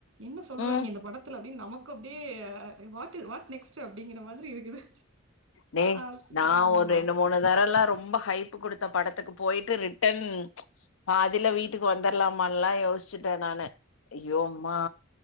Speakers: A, on the right; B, on the left.
A: என்ன சொல்றாய்ங்க
B: ம்.
A: இந்த படத்துல அப்டின் நமக் கு அப்டியே அ வாட்டு வாட் நெக்ஸ்ட் அப்டிங்கிற மாதிரி இருக்குது
B: நே
A: ஆ
B: நா
A: ஆமா
B: ஒரு ரெண்டு மூணு இந்த தரல்லா ரொம்ப ஹைப்பு குடுத்த படத்துக்கு போய்ட்டு ரிட்டன் பாதில வீட்டுக்கு வந்துர்லாமான்லா யோஸ்ச்சிட்டே நானு அய்யோம்மா